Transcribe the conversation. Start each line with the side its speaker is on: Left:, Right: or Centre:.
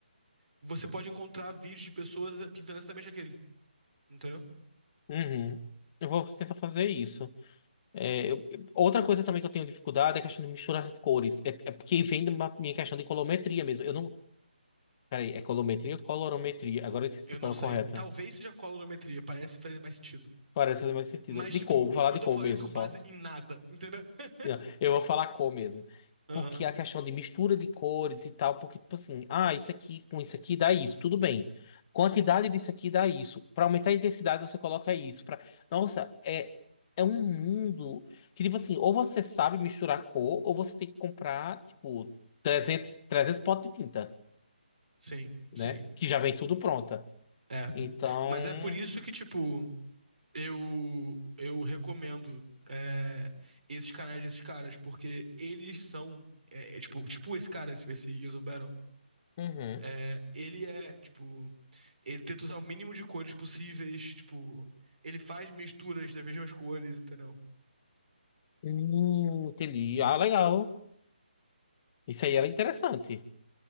Right: você pode encontrar vídeos de pessoas é, pintando exatamente aquele, entendeu?
Left: Uhum. Eu vou tentar fazer isso. É, eu- eu- outra coisa também que eu tenho dificuldade é a questão de misturar as cores. É, é porque vem da minha questão de colometria mesmo. Eu não Peraí, é colometria ou colorometria? Agora eu esqueci
Right: Eu não
Left: qual
Right: sei.
Left: é a correta.
Right: Talvez seja colorimetria, parece fazer mais sentido.
Left: Parece fazer mais sentido.
Right: Mas,
Left: De
Right: tipo,
Left: cor, vou falar
Right: eu
Left: de
Right: tô
Left: cor
Right: falando
Left: mesmo
Right: isso com
Left: só.
Right: base em nada, entendeu? <laughs>
Left: Não, Eu vou falar cor mesmo.
Right: Aham,
Left: Porque a questão de mistura de cores e tal, porque, tipo assim, ah, isso aqui com isso aqui dá isso, tudo bem. Quantidade disso aqui dá isso. Pra aumentar a intensidade, você coloca isso. Pra... Nossa, é, é um mundo que, tipo assim, ou você sabe misturar cor, ou você tem que comprar, tipo, trezentos, trezentos potes de tinta,
Right: sim,
Left: né?
Right: sim.
Left: Que já vem tudo pronta.
Right: É,
Left: Então.
Right: mas é por isso que, tipo, Eu, eu recomendo é, esses canais desses caras, porque eles são, é, é, tipo, tipo esse cara, esse, esse Years of Battle.
Left: uhum.
Right: É, ele é, tipo, ele tenta usar o mínimo de cores possíveis, tipo, ele faz misturas das mesmas cores, entendeu?
Left: Hum, entendi. Ah, legal. Isso aí era interessante.